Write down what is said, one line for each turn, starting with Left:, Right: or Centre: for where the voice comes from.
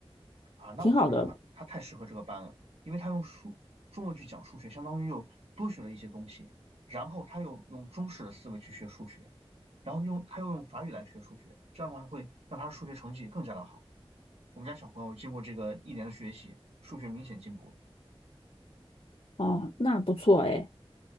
Right: 啊，那我觉得他他太适合这个班了，
Left: 挺好的
Right: 因为他用数中文去讲数学，相当于又多学了一些东西，然后他又用中式的思维去学数学，然后用他又用法语来学数学，这样的话会让他的数学成绩更加的好。我们家小朋友经过这个一年的学习，数学明显进步了。
Left: 哦，那不错哎